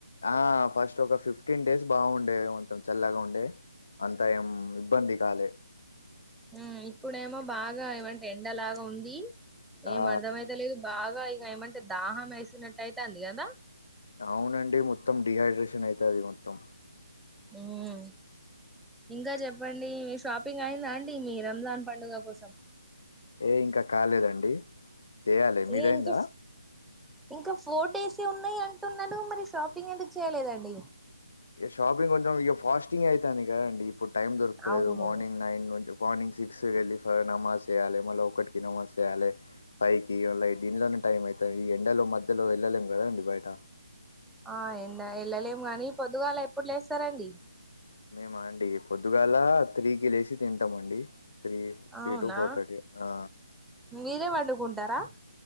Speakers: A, on the left; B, in the centre.
A: ఆ ఫస్ట్ ఒక ఫిఫ్టీన్ డేస్ బాగుండే కొంచం చల్లగా ఉండే అంత ఏం ఇబ్బంది కాలే
B: హుమ్ ఇప్పుడేమో బాగా ఏమంటే ఎండలాగా ఉంది ఏం
A: ఆ!
B: అర్ధమైత లేదు బాగా ఇగ ఏమంటే దాహం వేసినట్టటు అయితంది కదా
A: అవునండి మొత్తం డిహైడ్రేషన్ అయితది మొత్తం
B: హుమ్ ఇంకా చెప్ ప్పండి మీ షాపింగ్ అయిందా అండి మీ రంజాన్ పండుగ కోసం
A: ఏ ఇంకా కాలేదండి చేయాలి మీదైంద
B: ఏ ఇంకా ఇంకా ఫోర్ డేస్ే ఉన్నాయి అంటున్నారు మరి షాపింగ్ ఎందుకు చేయలేదండి
A: ఇగ షాపింగ్ కొంచెం ఇగ ఫాస్టింగ్ అవుతాంది కదండి ఇప్పుడు టైం దొరుకుతలేదు
B: అవును
A: మార్నింగ్ నైన్ నుంచ్ మార్నింగ్ సిక్స్ వెళ్ళి స నమాజ్ చేయాలి మళ్ళీ ఒకటికి నమాజ్ చేయాలి పైకి అల దీనిలోనే టైం అవుతుంది ఈ ఎండలో మధ్యలో వెళ్ళలేం కదండి బయట
B: ఆ ఎండ వెళ్ళలేము కాని పొద్దుగాలా ఎప్పుడు లేస్తారండి
A: మేమ అండి పొద్దుగాల త్రీ కి లేచి తింటామండి త్రీ త్రీ
B: అవునా
A: టు ఫోర్ థర్టీ ఆ
B: మీరే వండుకుంటారా